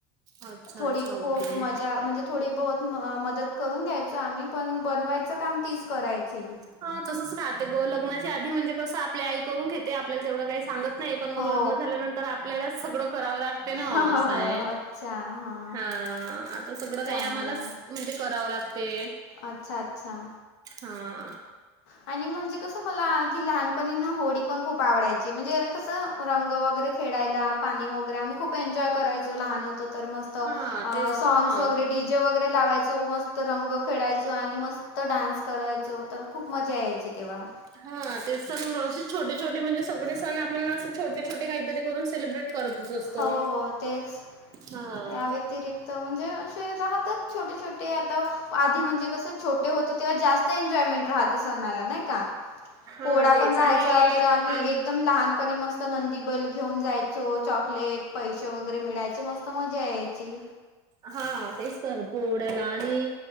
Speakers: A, on the right; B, on the left.
A: अच्छा,
B: थोडी
A: अच्छा.
B: खूप
A: ओके.
B: मजा म्हणजे थोडी बहुत मदत करून घ्यायच आम्ही पण बनवायचं काम तीच करायची.
A: आ -तसंच राहते ग, लग्नाची आधी म्हणजे कस आपली आई करून घेते, आपल्याला तेवढं काही सांगत नाही पण मग
B: हो
A: लग्न झाल्यानंतर आपल्यालाच सगळं करावं लाग ते ना
B: हो हो
A: असंय,
B: हो अच्छा हां
A: हा, आता सगळं काही
B: चांगलं
A: आम्हालाच
B: आहे
A: म्हणजे करावं लागते.
B: अच्छा अच्छा.
A: हा
B: आणि म्हणजे कसं म मला आधी लहानपणीन होळी पण खूप आवडायची म्हणजे कसं रंग वगैरे खेळायला पाणी वगैरे आम्ही खूप एन्जॉय करायचो लहान होतं तर मस्त.
A: हां, तेच
B: सँ्ग्स
A: तर ना.
B: वगैरे डी जे वगैरे लावायचो, मस्त रंग खेळायचो. आणि मस्त डान्स कराय तर खूप मजा यायची तेव्हा.
A: हा तेच सण असे छोटे छोटे म्हणजे, सगळे सण आपण असे छोटे छोटे काहीतरी करून सेलिब्रेट. करतच असतो.
B: हो हो तेच
A: हां.
B: या व्यतिरिक्त म्हणजे असे राहत्यात. छोटे छोटे आता आधी, म्हणजे कसं छोटे होते तेव्हा जास्तं. ते एन्जॉयमेंट राहते, सणाला नाही का.
A: हां,
B: पोडा
A: तेच
B: पण राहायचा
A: आणि
B: तर आम्ही.
A: आम
B: एकदम लहानपणी म तर नंदी बैल घेऊन जायचो. चॉकलेट पैसे वगैरे मिळायचे मस्त मजा यायची.
A: हा तेच तर पोहड्याला आणि,